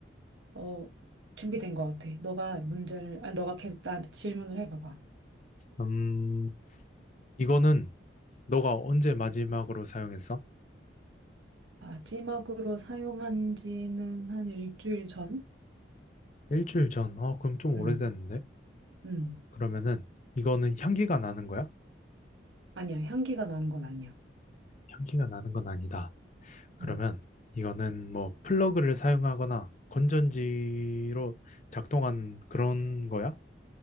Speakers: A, on the right; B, on the left.
A: 어, 준비된 것 같아. 너가 문제를, 아, 너가 계속 나한테 질문을 해봐봐.
B: 음, 이거는 너가 언제 마지막으로 사용했어?
A: 마지막으로 사용한 지는 한 일주일 전?
B: 일주일 전. 어, 그럼 좀 오래됐는데?
A: 음, 음.
B: 그러면은 이거는 향기가 나는 거야?
A: 아니야. 향기가 나는 건 아니야.
B: 향기가 나는 건 아니다. 그러면
A: 음.
B: 이거는 뭐 플러그를 사용하거나 건전지로 작동한 그런 거야?